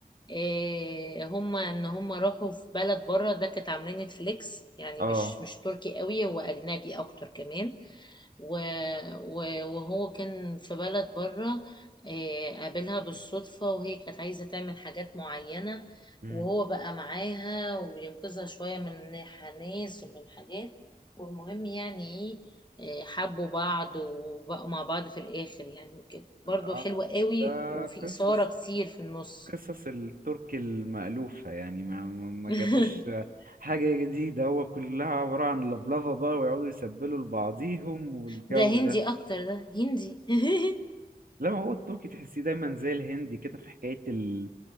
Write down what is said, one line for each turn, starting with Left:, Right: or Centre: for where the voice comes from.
Left: إيه هم ان هم راحوا في بلد بره ده كانت عاملين نتفليكس يعني
Right: اه
Left: مش مش تركي قوي هو اجنبي اكتر كمان و و- وهو كان في بلد بره إيه قابلها بالصدفة وهي كانت عايزة تعمل حاجات معينة
Right: مم.
Left: وهو بقى معاها وبينقذها شوية من ناس ومن حاجات والمهم يعني ايه إيه، حبوا بعض وبقوا مع بعض في الآخر يعني كده
Right: آه،
Left: برضو حلوة قوي
Right: ده
Left: وفي
Right: قصص
Left: إثارة كتير في النص
Right: قصص التركي المألوفة يعني ما ما ما
Left: <laughs>
Right: جابوش حاجة جديدة هو كلها عبارة عن لفلفة بقى ويقعدوا يسبلوا لبعضيهم والجو
Left: ده هندي
Right: ده
Left: اكتر ده هندي <laughs>
Right: لا ما هو التركي تحسيه دايما زي الهندي كده في حكاية ال-